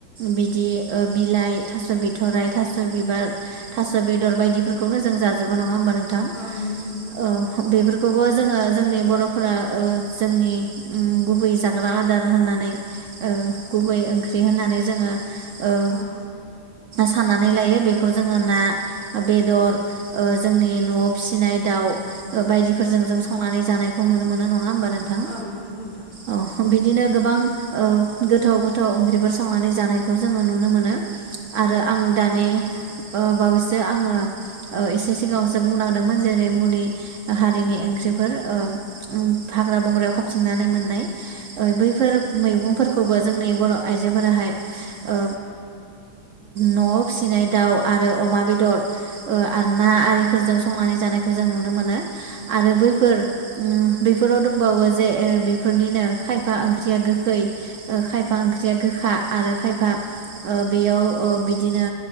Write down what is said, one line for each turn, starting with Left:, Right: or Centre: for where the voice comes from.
Right: बिदि ओ बिलाइ थास' बिथ'राय थास' बिबार थास' बेदर बायदिफोरखौनो जों जाजोबो नङा होमबा नों थां।
Left: औ नंगौ नोंथां
Right: औ बेफोर खौबो जोङो जोंनि बर'फोरा ओ जोंनि उम गुबै जाग्रा आदार होननानै ओ गुबै ओंख्रि होनानै जोङो ओ
Left: औ औ
Right: साननानै लायो बेखौ जोङो ना बेदर ओ जोंनि न'आव फिसिनाय दाउ बायदिफोरजों जों संनानै जानायखौ नुनो मोनो नङा होमबा। नोंथां
Left: औ नंगौ नोंथां।
Right: औ बिदिनो गोबां ओ गोथाव गोथाव ओंख्रिफोर संनानै जानायखौ जोङो नुनो मोनो।
Left: औ
Right: आरो आं दानि ओ बावैसो आङो ओ एसे सिगाङावसो बुंना होदोंमोन जेरै- मुलि हारिनि ओंख्रिफोर ओ हाग्रा बंग्रायाव खाबथिंनानै मोननाय। ओ बैफोर मैगंफोरखौबो जोंनि बर' आइजोफोराहाय ओ न'आव फिसिनाय दाउ आरो अमा बेदर ओ आरो ना आरिफोरजों संनानै जानायखौ जों नुनो मोनो। आरो बैफोर ओम बेफोराव दंबावो जे ओ बेफोरनिनो खायफा ओंख्रिया गो खै ओ खायफा ओंख्रिया गोखा आरो खायफा ओ बेयाव ओ बिदिनो